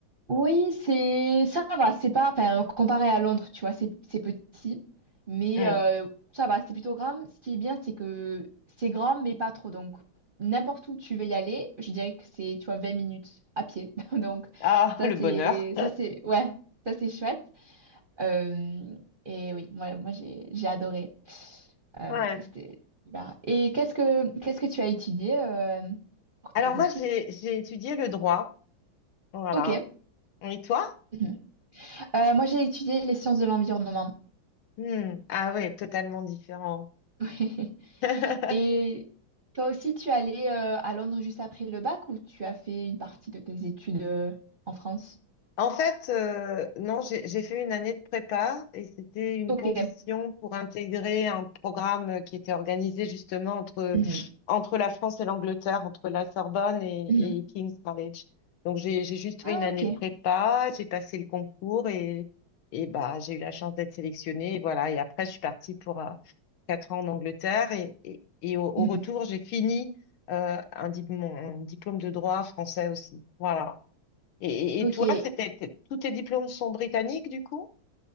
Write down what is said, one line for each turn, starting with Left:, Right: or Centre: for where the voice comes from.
Right: Oui, c'est ça va, c'est pas enfin comparé à Londres, tu vois, c'est c'est petit, mais
Left: Hmm.
Right: euh, ça va, c'est plutôt grand. Ce qui est bien, c'est que c'est grand mais pas trop donc n'importe où tu veux y aller, je dirais que c'est tu vois 20 minutes à pied. <laughs> Donc
Left: Ah,
Right: ça
Left: le
Right: c'est
Left: bonheur.
Right: ça c'est ouais, ça c'est chouette. Euh, et oui, moi moi j'ai j'ai adoré. Euh,
Left: Ouais.
Right: c'était super. Et qu'est-ce que qu'est-ce que tu as étudié euh, pour
Left: Alors
Right: tes
Left: moi,
Right: études?
Left: j'ai j'ai étudié le droit. Voilà.
Right: Ok. <clears throat>
Left: Et toi?
Right: Mhm. Euh, moi, j'ai étudié les sciences de l'environnement.
Left: Hmm. Ah ouais, totalement différent.
Right: <laughs>
Left: <laughs>
Right: Et toi aussi, tu es allé euh, à Londres juste après le bac ou tu as fait une partie de tes études euh, en France?
Left: En fait, euh, non, j'ai j'ai fait une année de prépa et c'était une
Right: Ok.
Left: condition pour intégrer un programme euh, qui était organisé justement entre,
Right: Mhm.
Left: entre la France et l'Angleterre, entre la Sorbonne et,
Right: Mhm.
Left: et King's College. Donc j'ai j'ai juste fait
Right: Ah,
Left: une année
Right: ok.
Left: de prépa, j'ai passé le concours et, et bah, j'ai eu la chance d'être sélectionnée. Et voilà, et après je suis partie pour euh, quatre ans en Angleterre et, et, et au, au
Right: Mhm.
Left: retour j'ai fini euh, un, diplôme- un diplôme de droit français aussi. Voilà. Et, et
Right: Ok.
Left: toi, c'était, t- tous tes diplômes sont britanniques du coup?